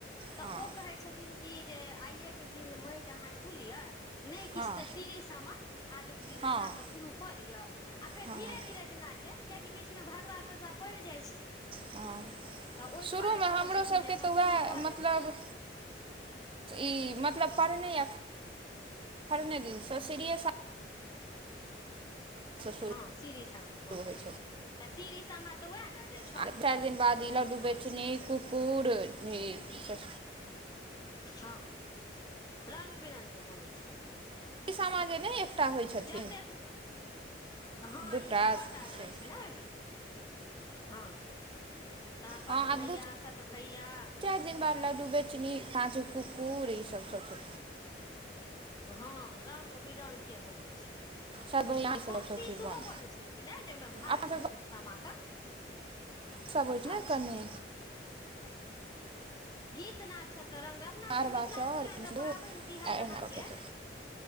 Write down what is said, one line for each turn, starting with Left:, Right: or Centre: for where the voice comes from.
Left: तऽ
Right: हँ
Left: ओ कहय छथ थिन की जे आइयै के दिन मईट अहाँ छू लिय। नहि किछ
Right: हँ
Left: तऽ श्रीसामा आजुक दिन
Right: हँ
Left: बना कऽ शुरू कऽ लिअ आ फेर
Right: हँ
Left: धीरे-धीरे जेना जे कियेकि बीच मे भादवा-तदवा पड़ि जाइ छै
Right: हँ
Left: तऽ ओहि
Right: शुरूमे
Left: दुआरे कहै
Right: हमरो
Left: छथिन
Right: सबके
Left: जे अपन
Right: तऽ वै
Left: शुरू कऽ
Right: मतलब
Left: लेब
Right: ई मतलब परने या खरने दिनसँ श्रीरिये सा शुरू
Left: हँ श्रीसामा बनै
Right: होइ
Left: छै
Right: छथिन
Left: तऽ श्रीसामा तऽ वै ने जे छ
Right: आ चारि दिन बाद ई लड्डू बेचनी कुकुर में स
Left: हँ रंग-बिरंगके बनै छै
Right: ई सामाजे नहि एकटा होए छथिन
Left: जतेक हँ
Right: दूटा
Left: ई छ
Right: से
Left: टा रहै छै कैले ओहिमे हऽ पांच पाँच
Right: हँ आ
Left: भैया
Right: दू
Left: सत भैया
Right: चारि दिन बाद लड्डू बैचनी चिनी पांचो कुकुर ई सब सब छै
Left: हँ रंग-बिरंगके बनै छै
Right: सभ यहाँ
Left: आ
Right: सभ
Left: पउती
Right: सभ चीज बन
Left: सेहो बनै छै कि नहि जाहिमे भार
Right: अपना
Left: जाई छनि सामा के
Right: सब ओहिठने
Left: अच्छा
Right: कनी
Left: गीत नादसब तऽ रंग-बि अपना
Right: अरबा
Left: सबके मिथिलांचलमे
Right: चाउर नेबो
Left: तऽ पाबनि तिहार
Right: आ एना
Left: अहाँके
Right: कऽ कऽ